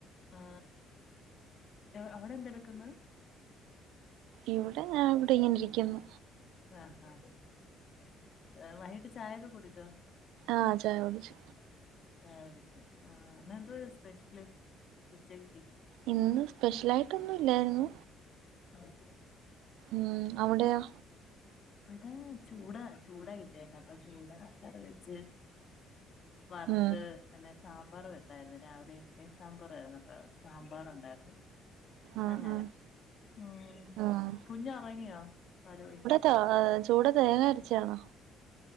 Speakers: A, on the left; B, on the right.
A: ആ അവിടെ എന്തെടുക്ക്ന്ന്
B: ഇവിടെ ഞാൻ അവിടെങ്ങനെ ഇരിക്യുന്നു
A: ആഹ ആ ആവൈകിട്ട് ചായയൊക്കെ കുടിച്ചോ?
B: ആഹ് ചായ കുടിച്ചു
A: ആ ചായക്കുട്ച്ച് ആ ഇന്തേ സ്പെഷ്യലി ഉച്ചയ്ക്കി
B: ഇന്ന് സ്പെഷ്യലായിട്ടൊന്നും ഇല്ലായിരുന്നു
A: ഉമ്
B: മ് അവിടെയോ
A: ഇവടെ! ചൂടാ ചൂടാ കിട്ടിയർന്നെ അപ്പൊ ചൂടാ കറി വെച്ച് വർത്ത്
B: ഉം
A: പിന്നെ സാമ്പാറും വച്ചായിരുന്നു രാവിലെ ഇഡ്ഡലിസാമ്പാറു ആയിരുന്നുപ്പ സാമ്പാറുണ്ടായിരുന്നു
B: ആഹ്
A: അങ്ങനെ
B: ആഹ്
A: ഉ
B: ആഹ്
A: കുഞ്ഞ് ഉറങ്ങിയോ പാലടിച്
B: ആ ആ തുടെ തേങ്ങ അരച്ചാണോ